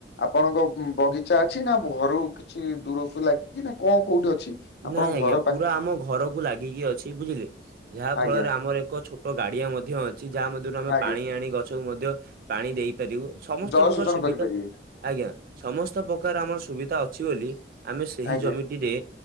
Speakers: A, on the left (about 65°); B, on the right (about 50°).
A: ଆପଣଙ୍କ ବଗିଚା ଅଛି ନା ଘରୁ କିଛି ଦୂରକୁ ଲାଗିକି ନା କଣ କୋଉଠି ଅଛି? ଆପଣଙ୍କ
B: ନାଇଁ ଆଜ୍ଞା
A: ଘର
B: ପୁରା
A: ପାଖ
B: ଆମ ଘରକୁ ଲାଗିକି ଅଛି ବୁଝିଲେ ଯାହା
A: ଆଜ୍ଞା
B: ଫଳରେ ଆମର ଏକ ଛୋଟ ଟ ଗାଡିଆ ମଧ୍ୟ ଅଛି। ଯାହା ମଧ୍ୟରୁ ଆମେ
A: ଆଜ୍ଞା
B: ପାଣି ଆଣି ଗଛକୁ ମଧ୍ୟ ପାଣି ଦେଇପାରିବୁ। ସମସ୍ତ
A: ଜଳ
B: ପ୍ରକାର
A: ଶୋଷଣ
B: ସୁବିଧା
A: କରିପାରିବେ
B: ଆଜ୍ଞା। ସମସ୍ତ ପ୍ରକାର ଆମର ସୁବିଧା ଅଛି ବୋଲି ଆମେ ସେହି
A: ଆଜ୍ଞା
B: ଜମିଟିରେ